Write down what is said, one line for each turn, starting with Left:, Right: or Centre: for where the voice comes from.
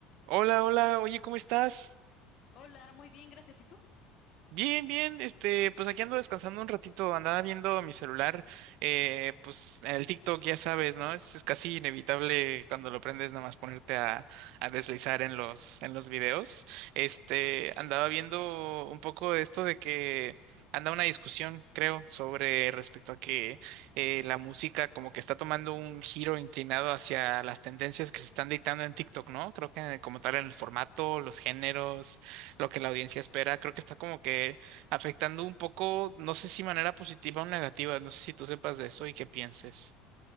Right: Hola, hola, oye, ¿cómo estás?
Left: Hola, muy bien, gracias. ¿Y tú?
Right: Bien, bien, este, pues aquí ando descansando un ratito, andaba viendo mi celular, eh, pues el TikTok, ya sabes, ¿no? Es, es casi inevitable cuando lo prendes nada más ponerte a, a deslizar en los, en los videos. Este, andaba viendo un poco de esto de que anda una discusión, creo, sobre respecto a que eh, la música como que está tomando un giro inclinado hacia las tendencias que se están dictando en TikTok, ¿no? Creo que como tal en el formato, los géneros lo que la audiencia espera. Creo que está como que afectando un poco, no sé si manera positiva o negativa, no sé si tú sepas de eso y qué pienses.